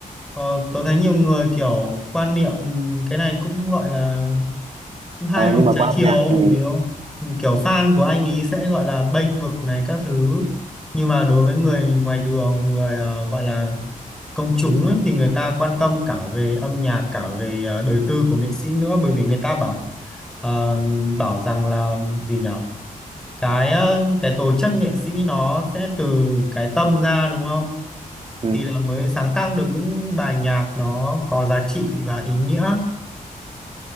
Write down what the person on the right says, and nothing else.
Ờ,
nhưng mà
qua âm
nhạc thì
ừ,